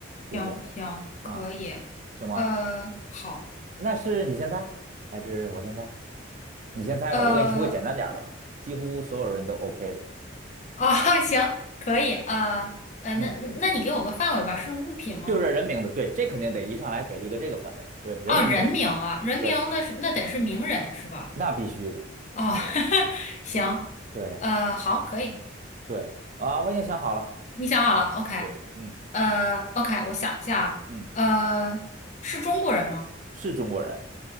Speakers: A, on the right; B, on the left.
A: 就是这样，
B: 行行，
A: 啊、
B: 可以，
A: 行吗？
B: 呃，好，
A: 那是你先猜还是我先猜？你先猜吧，
B: 呃，
A: 我给你出个简单点儿的吧，几乎所有人都 OK 的，
B: 啊，<laughs> 行，可以，呃，呃，
A: 嗯，
B: 那那你给我个范围吧，是物品吗？
A: 就是人名字，对，这肯定得一上来给一个这个范围，对，人名字，
B: 哦，人名啊，人名那是那得是名人是吧？
A: 对，那必须的，
B: 哦，<laughs> 行，
A: 对
B: 呃，好，可以，
A: 对，啊，我已经想好了，
B: 你想好了，OK，
A: 对，嗯
B: 呃，OK，我想一下啊，
A: 嗯，
B: 呃，是中国人吗？
A: 是中国人，